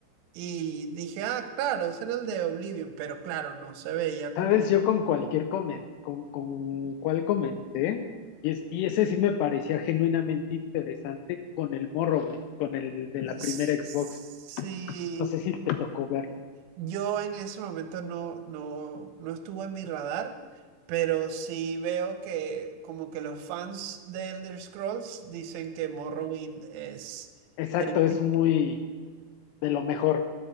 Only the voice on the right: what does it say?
y dije, ah, claro, ese era el de Oblivion, pero claro, no se veía
como...
Sí,
Yo en ese momento no, no, no estuvo en mi radar, pero sí veo que como que los fans de Elder Scrolls dicen que Morrowind es
el... pi-